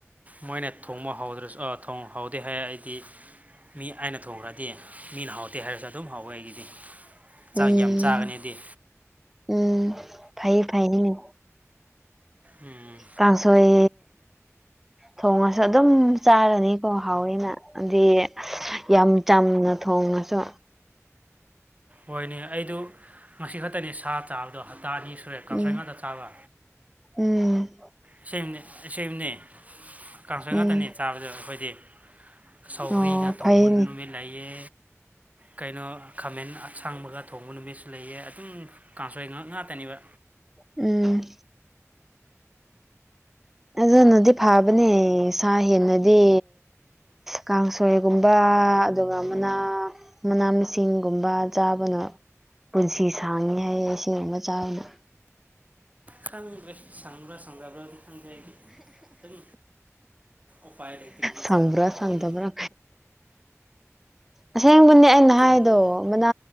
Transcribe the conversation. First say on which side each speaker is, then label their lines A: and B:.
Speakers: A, on the right; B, in the centre.
A: ꯃꯣꯏꯅ ꯊꯣꯡꯕ ꯍꯥꯎꯗ꯭ꯔꯁꯨ ꯊꯣꯡꯕ ꯍꯥꯎꯗꯦ ꯍꯥꯏ ꯑꯩꯗꯤ꯫ ꯃꯤ ꯑꯩꯅ ꯊꯣꯡꯈ꯭ꯔꯗꯤ ꯃꯤꯅ ꯍꯥꯎꯇꯦ ꯍꯥꯏꯔꯁꯨ ꯑꯗꯨꯝ ꯍꯥꯎꯋꯦ ꯑꯩꯒꯤꯗꯤ꯫ ꯆꯥꯛ
B: ꯎꯝ
A: ꯌꯥꯝ ꯆꯥꯒꯅꯤꯗꯤ꯫
B: ꯎꯝ ꯐꯩꯌꯦ ꯐꯩꯌꯦ
A: ꯎꯝ꯫
B: ꯀꯥꯡꯁꯣꯏ ꯊꯣꯡꯉꯁꯨ ꯑꯗꯨꯝ ꯆꯥꯔꯅꯤꯀꯣ ꯍꯥꯎꯋ‌ꯦꯅ꯫ ꯑꯗꯤ ꯌꯥꯝ ꯆꯝꯅ ꯊꯣꯡꯉꯁꯨ꯫
A: ꯍꯣꯏꯅꯦ ꯑꯩꯗꯨ ꯉꯁꯤ ꯈꯛꯇꯅꯦ ꯁꯥ ꯆꯥꯕꯗꯣ ꯍꯞꯇꯥ ꯑꯅꯤ ꯁꯨꯔꯦ ꯀꯥꯡꯁꯣꯏ
B: ꯎꯝ
A: ꯉꯥꯛꯇ ꯆꯥꯕ꯫
B: ꯎꯝ꯫
A: ꯑꯁꯦꯝꯅꯦ ꯑꯁꯦꯡꯕꯅꯦ ꯀꯥꯡꯁꯣꯏ
B: ꯎꯝ
A: ꯉꯥꯛꯇꯅꯦ ꯆꯥꯕꯗꯣ ꯑꯩꯈꯣꯏꯗꯤ꯫ ꯁꯥꯎꯒ꯭ꯔꯤꯒ
B: ꯑꯣ
A: ꯊꯣꯡꯕ
B: ꯐꯩꯅꯦ
A: ꯅꯨꯃꯤꯠ ꯂꯩꯌꯦ꯫ ꯀꯩꯅꯣ ꯈꯥꯃꯦꯟ ꯑꯁꯥꯡꯕꯒ ꯊꯣꯡꯕ ꯅꯨꯃꯤꯠꯁꯨ ꯂꯩꯌꯦ ꯑꯗꯨꯝ ꯀꯥꯡꯁꯨ ꯉꯥꯏꯍꯥꯛ ꯉꯥꯛꯇꯅꯦꯕ
B: ꯎꯝ꯫ ꯑꯗꯨꯅꯗꯤ ꯐꯥꯕꯅꯦ ꯁꯥ ꯍꯦꯟꯅꯗꯤ ꯀꯥꯡꯁꯣꯏꯒꯨꯝꯕ ꯑꯗꯨꯒ ꯑꯃꯅ ꯃꯅꯥ ꯃꯁꯤꯡꯒꯨꯝꯕ ꯆꯥꯕꯅ ꯄꯨꯟꯁꯤ ꯁꯥꯡꯉꯤ ꯍꯥꯏꯌꯦ ꯑꯁꯤꯒꯨꯝꯕ ꯆꯥꯕꯅ꯫
A: ꯈꯪꯒ꯭ꯔꯦ ꯁꯪꯕꯥ ꯁꯪꯗꯕ꯭ꯔ ꯑꯗꯨ ꯈꯪꯖ ꯑꯗꯨꯝ꯫ ꯎꯄꯥꯏ ꯂꯩꯇꯕꯒꯤ꯫
B: ꯁꯪꯕ꯭ꯔꯥ
A: ꯆꯥꯕ ꯋꯥꯅꯤ
B: ꯁꯪꯗꯕ꯭ꯔꯥ
A: ꯑꯩꯈꯣꯏꯗꯤ
B: ꯑꯁꯦꯡꯕꯅꯤ ꯑꯩꯅ
A: ꯑꯗꯨ ꯆꯨꯝꯗ꯭ꯔꯣ
B: ꯍꯥꯏꯗꯣ꯫ ꯃꯅꯥ